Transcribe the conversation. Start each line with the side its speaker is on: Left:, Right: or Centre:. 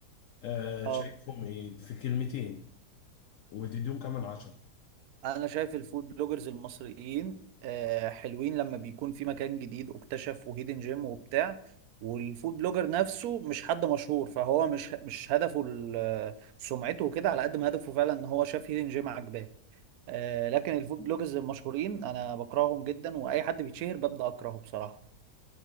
Left: آه
Right: اه
Left: شايفهم ايه في كلمتين وتديهم كمان عشرة
Right: انا شايف الفود بلوجرز المصريين آه حلوين لما بيكون في مكان جديد اكتشف وهيدن جيم وبتاع والفود بلوجر نفسه مش حد مشهور فهو مش مش هدفه ال- سمعته وكده على قد ما هدفه فعلا ان هو شاف هيدن جيم عجباه آه لكن الفود بلوجرز المشهورين انا بكرههم جدا واي حد بيتشهر ببدأ اكرهه بصراحة